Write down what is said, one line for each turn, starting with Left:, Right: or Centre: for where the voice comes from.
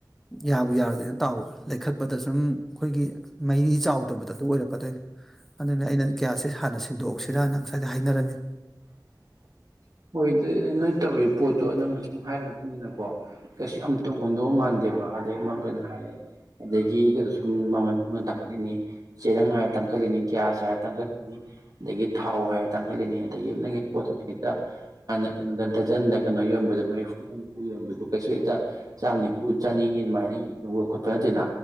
Centre: ꯌꯥꯕꯨ ꯌꯥꯔꯨꯗꯅ ꯇꯥꯎꯕ ꯂꯩꯈꯠꯄꯗ ꯁꯨꯝ ꯑꯈꯣꯏꯒꯤ ꯃꯩꯔꯤ ꯆꯥꯎꯗꯕꯗ ꯑꯗꯨ ꯑꯣꯏꯔꯛ ꯀꯗꯣꯏꯅꯦ ꯑꯗꯨꯅ ꯑꯩꯅ ꯒ꯭ꯌꯥꯁꯁꯦ ꯍꯥꯟꯅ ꯁꯤꯟꯗꯣꯛ ꯍꯧꯁꯤꯔꯅ ꯉꯁꯥꯏꯗꯩꯩ ꯍꯥꯏꯅꯔꯝꯃꯤ
Right: <unintelligible> ꯃꯣꯏꯗꯩꯩ ꯅꯣꯏ ꯇꯧꯔꯤ ꯄꯣꯠꯇꯣ ꯅꯪꯅ ꯁꯨꯝ ꯍꯥꯏꯔ ꯃꯇꯨꯡ ꯏꯟꯅꯀꯣ ꯀꯩꯁꯨ ꯌꯥꯝ ꯇꯣꯡꯉꯝꯗꯧ ꯃꯥꯟ ꯗꯦꯕ ꯑꯗꯩꯩ ꯃꯡꯒꯟ ꯍꯥꯏꯔꯦ ꯑꯗꯒꯤ ꯀꯩꯅꯣ ꯁꯨꯝ ꯃꯡꯒꯟ ꯃꯡꯒꯟ ꯇꯥꯡꯈꯠꯂꯤꯅꯤ ꯆꯦꯔꯥꯡꯒꯥꯏ ꯇꯥꯡ ꯇꯥꯡꯈꯠꯂꯤꯅꯤ ꯒ꯭ꯌꯥꯁ ꯍꯥꯏꯔ ꯇꯥꯡꯈꯠꯂꯤꯅꯤ ꯑꯗꯒꯤ ꯊꯥꯎ ꯍꯥꯏꯔ ꯇꯥꯡꯈꯠꯂꯤꯅꯤ ꯑꯗꯒꯤ ꯅꯪꯒꯤ ꯄꯣꯠꯇꯨ <unintelligible> <unintelligible> ꯍꯥꯟꯅ ꯀꯩꯅꯣꯗ ꯗꯖꯟꯗ ꯀꯩꯅꯣ ꯌꯣꯟꯕꯗ ꯃꯔꯤꯐꯨ ꯍꯨꯝꯐꯨ ꯌꯧꯔꯝꯕꯗꯣ ꯀꯩꯁꯨ ꯇ ꯆꯥꯝ ꯅꯤꯐꯨ ꯆꯅꯤ <unintelligible> ꯗꯨꯃꯥꯏꯅ ꯌꯧꯕ ꯈꯣꯠꯄ ꯅꯠꯇꯦꯅꯥ